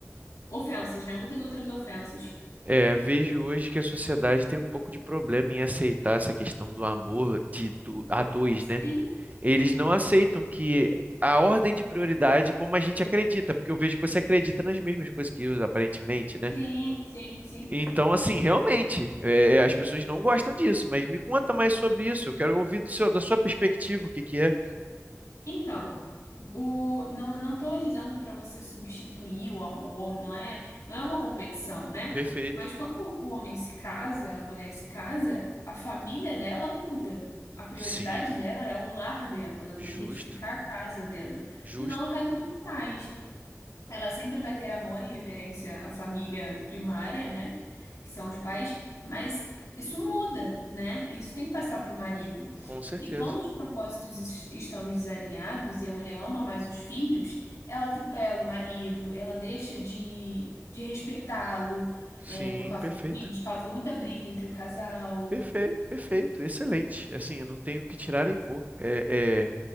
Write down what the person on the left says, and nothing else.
ofensas, né? Muitas outras ofensas.
Sim,
sim, sim, sim.
Então, o, não, não estou dizendo para você substituir o amor, não é, não é uma competição, né?
Mas quando o homem se casa, a mulher se casa, a família dela muda. A prioridade
dela é o lar dela, ela
tem que edificar a casa dela,
e não a casa dos pais. Ela sempre vai ter amor e reverência à família primária, né? Que são os pais, mas isso muda, né? Isso tem que passar para o marido.
E quando os propósitos est- estão desalinhados e a mulher ama mais os filhos, ela atropela o marido, ela deixa de, de respeitá-lo,
é, por causa
dos filhos, causa muita briga entre o casal.